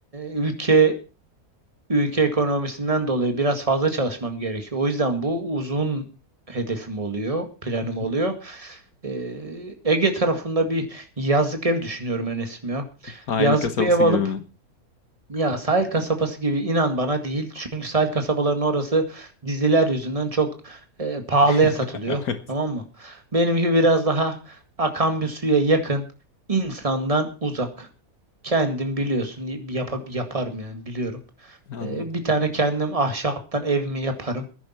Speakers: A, on the right; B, on the left.
A: ülke ülke ekonomisinden dolayı biraz fazla çalışmam gerekiyor. O yüzden bu uzun hedefim oluyor, planım
B: Hı
A: oluyor.
B: hı.
A: E, Ege tarafında bir yazlık ev düşünüyorum Enes'im ya.
B: Sahil
A: Yazlık
B: kasabası
A: bir ev alıp
B: gibi mi?
A: ya sahil kasabası gibi inan bana değil. Çünkü sahil kasabaların orası diziler yüzünden çok e, pahalıya
B: <laughs>
A: satılıyor.
B: Evet,
A: Tamam mı? Benimki biraz daha akan bir suya yakın, insandan uzak. Kendim biliyorsun y- yaparım yani biliyorum.
B: anladım.
A: E, bir tane kendim ahşaptan evimi yaparım.